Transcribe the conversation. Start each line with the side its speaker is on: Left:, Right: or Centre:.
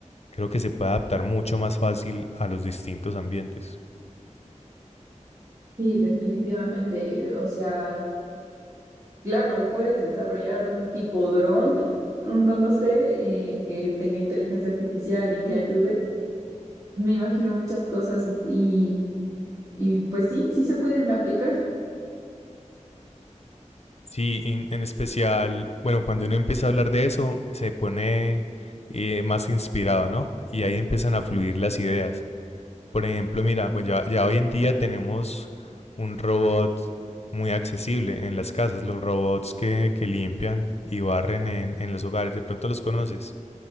Left: creo que se puede adaptar mucho más fácil a los distintos ambientes.
Right: Sí, definitivamente. O sea, Claro, puedes desarrollar un tipo dron, no no lo sé, eh, que tenga inteligencia artificial y que ayude. Me imagino muchas cosas y, y pues sí, sí se pueden aplicar.
Left: Sí, en, en especial, bueno, cuando uno empieza a hablar de eso, se pone eh, más inspirado, ¿no? Y ahí empiezan a fluir las ideas. Por ejemplo, mira, pues ya, ya hoy en día tenemos un robot muy accesible en las casas, los robots que, que limpian y barren en, en los hogares, de pronto los conoces.